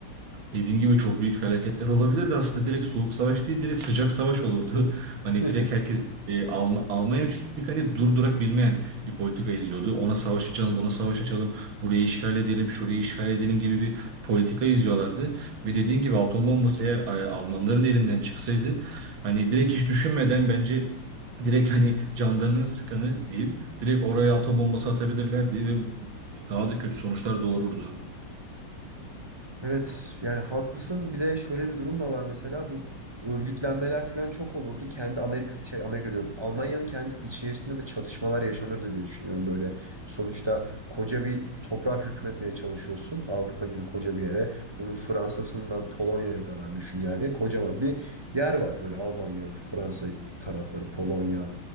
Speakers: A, on the right; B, on the right.
A: Dediğin gibi çok büyük felaketler olabilirdi aslında direkt soğuk savaş değil direkt sıcak savaş olurdu. <laughs> Hani
B: <laughs>
A: direkt herkes e, Alm- Almanya çünkü hani durdurak bilmeyen bir politika izliyordu. Ona savaş açalım, buna savaş açalım, burayı işgal edelim, şurayı işgal edelim gibi bir politika izliyorlardı. Ve dediğin gibi atom bombası eğer e, Almanların elinden çıksaydı hani direkt hiç düşünmeden bence direkt hani canlarını sıkanı diyeyim direkt oraya atom bombası atabilirlerdi ve bu- daha da kötü sonuçlar doğururdu.
B: Evet yani haklısın. Bir de şöyle bir durum da var mesela bu örgütlenmeler falan çok olurdu. Kendi Amerika şey Amerika diyorum. Almanya'nın kendi içerisinde de çatışmalar yaşanırdı diye düşünüyorum böyle. Sonuçta koca bir toprağa hükmetmeye çalışıyorsun. Avrupa gibi koca bir yere. Bunun Fransa'sından Polonya'ya kadar düşün yani. Kocaman bir yer var böyle Almanya, Fransa tarafları, Polonya